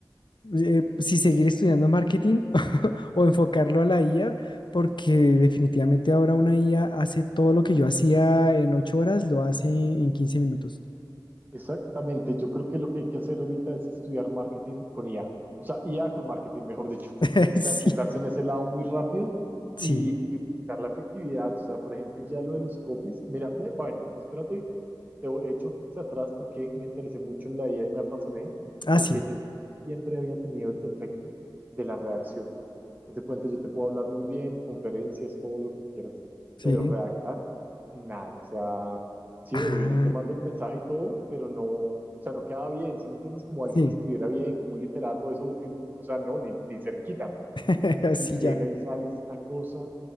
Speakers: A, on the left (about 75°); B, on the right (about 20°).
A: eh, si seguir estudiando marketing <laughs> o enfocarlo a la IA, porque definitivamente ahora una IA hace todo lo que yo hacía en ocho horas, lo hace en quince minutos.
B: exactamente. Yo creo que lo que hay que hacer ahorita es estudiar marketing con IA. O sea, IA con marketing, mejor dicho.
A: <laughs>
B: O sea, enfocarse
A: Sí,
B: en ese lado muy rápido
A: sí.
B: y, y buscar la efectividad. O sea, por ejemplo, ya lo de los copies. Mira, eh, bueno, espérate Te he hecho hacia atrás porque me interesé mucho en la IA y me apasioné,
A: Ah,
B: porque
A: sí,
B: yo siempre había tenido el defecto de la redacción Haz de cuenta, yo te puedo hablar muy bien, conferencias, todo lo que quieras,
A: sí.
B: pero redactar, nada. O sea, sí,
A: Ah,
B: obvio, yo te mando el mensaje y todo, pero no, o sea, no queda bien, ¿sí me entiendes? Como alguien
A: sí.
B: que escribiera bien, como un literato, eso, o que, o sea, no, ni, ni cerquita.
A: <laughs>
B: Y
A: Sí,
B: llega
A: ya.
B: y sale esta cosa